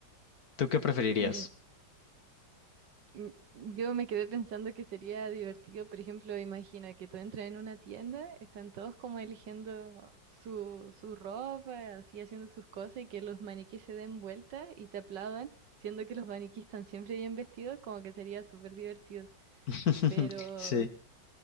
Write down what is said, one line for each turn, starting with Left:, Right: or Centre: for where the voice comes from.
Left: ¿Tú qué preferirías?
Right: <laughs> Mm, Yo me quedé pensando que sería divertido, por ejemplo, imagina que tú entras en una tienda, están todos como eligiendo su, su ropa, así haciendo sus cosas y que los maniquíes se den vuelta y te aplaudan, siendo que los maniquíes están siempre bien vestidos, como que sería súper divertido.
Left: <laughs>
Right: Pero
Left: Sí.